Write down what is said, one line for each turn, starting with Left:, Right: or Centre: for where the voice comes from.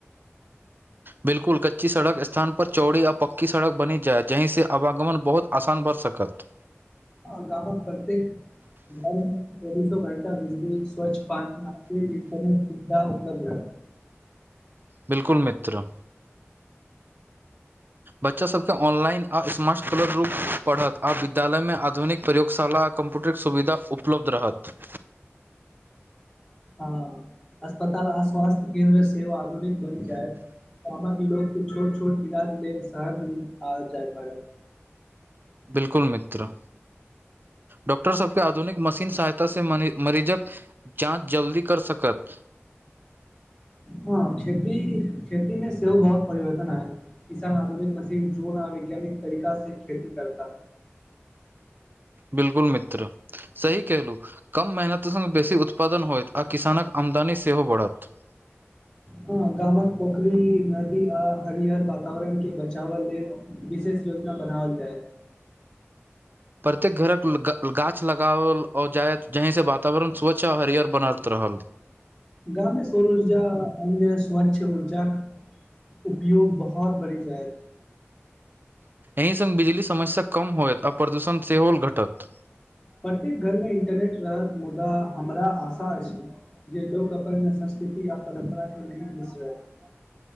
Right: बिल्कुल कच्ची सड़क स्थान पर चौड़ी आ पक्की सड़क बनी जाए जही से आवागमन बहुत आसान भऽ सकत
Left: आ गामक प्रत्येक लाइन कऽ चौबीसो घंटा बिजी स्वच्छ पान आ इटरनेट सुविधा उलब्ध रहत
Right: बिल्कुल मित्र बच्चास सभकेँ ऑनलाइन आ स्मार्ट <unintelligible> रूप पढ़त आ विद्यालयमे आधुनिक प्रयोगशाला कम्प्यूटर केँ सुविधा उपलब्ध रहत
Left: हँ अस्पताल आ स्वास्थ्य केन्द्र सेहो आधुनिक बनि जाइत गामक लोग के छोट छोट इलाज लेल शहर नही आ जाय परत
Right: बिल्कुल मित्र डॉक्टर सभ केँ आधुनिक मशीन सहायता से <unintelligible> मरीजक जाँच जल्दी कर सकत
Left: हँ खेती खेती मे सेहो बहुत परिवर्तन आयत किसान आधुनिक मशीन ड्रोन आ वैज्ञानिक तरीका से खेती करता
Right: बिल्कुल मित्र सही केहेलु कम मेहनतसँ बेसी उत्पादन होयत आ किसानक आमदनी सेहो बढ़त
Left: ह गामक पोखरी नदी आ हरयर वातावरण केँ बचावऽ लेल विशेष योजना बनाबल जाइत
Right: प्रत्येक घरक <unintelligible> गाछ लगाओल जाय जहिसँ वातावरण स्वच्छ आ हरियर बनत रहल
Left: गाममे सौर ऊर्जा अन्य स्वच्छ ऊर्जा उपयोग बहुत बढ़ि जायत
Right: एहि संग बिजली समस्या कम होयत आ प्रदूषण सेहो घटत
Left: प्रत्येक घरमे इंटरनेट रहत मुदा हमरा आशा अछि जे लोक अपन संस्कृति आ परम्परा के नहि बिसरत